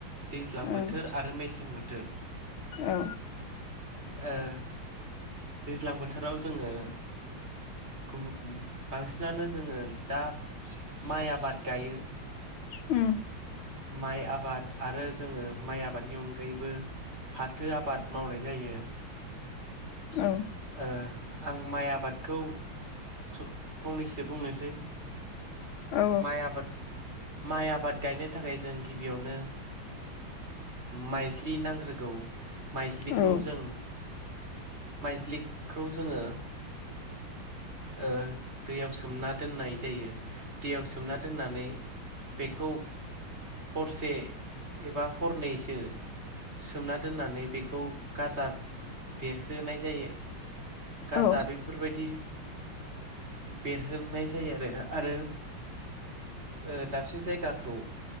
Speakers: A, on the right (about 30°); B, on the left (about 85°).
A: दैज्लां
B: ओं
A: बोथोर आरो मेसें बोथोर
B: औ
A: ओ दैज्लां बोथोराव जोङो थुबु बांसिनानो जोङो दा माइ आबाद गायो।
B: उम्म।
A: माइ आबाद आरो जोङो माइ आबादनि अनगायैबो फाथो आबाद मावनाय जायो।
B: औ।
A: ओ आं माइ आबादखौ स फंनैसो बुंनोसै
B: औ
A: माइ आबाद माइ आबाद गायनो थाखाय जों गिबियावनो माइज्लि नांग्रोगौ माइज्लिखौ
B: औ
A: जों माइज्लिखौ जोङो ओ दैयाव सोमना दोननाय जायो। दैयाव सोमना दोननानै बेखौ हरसे एबा हरनैसो सोमना दोननानै बेखौ गाजा बेरहोनाय जायो। गाजा
B: औ
A: बेफोरबायदि बेरहोनाय जायो आरो। आरो ओ दाबसे जायगाखौ